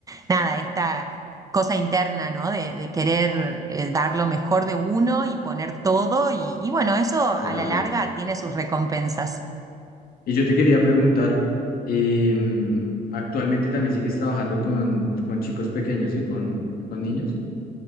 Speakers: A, on the right; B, on the left.
A: nada, esta cosa interna, ¿no? De, de querer eh, dar lo mejor de uno y poner todo y, y bueno, eso a
B: Claro.
A: la larga tiene sus recompensas.
B: Y yo te quería preguntar, em, actualmente también sigues trabajando con, con chicos pequeños, ¿sí? Con, con niños.